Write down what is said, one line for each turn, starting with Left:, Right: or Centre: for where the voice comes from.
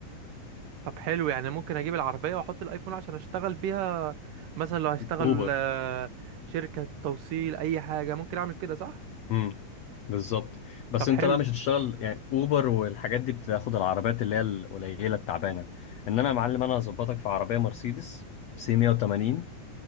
Right: طب حلو يعني ممكن اجيب العربية واحط الايفون عشان اشتغل بيها مثلا لو هشتغل
Left: اوبر
Right: آه، شركة توصيل اي حاجة ممكن اعمل كده صح
Left: امم بالظبط بس
Right: طب
Left: انت
Right: حلو
Left: بقى مش هتشتغل يعني اوبر والحاجات دي بتاخد العربيات اللي هي القليلة التعبانة انما يا معلم انا هظبطك في عربية مرسيدس سي 180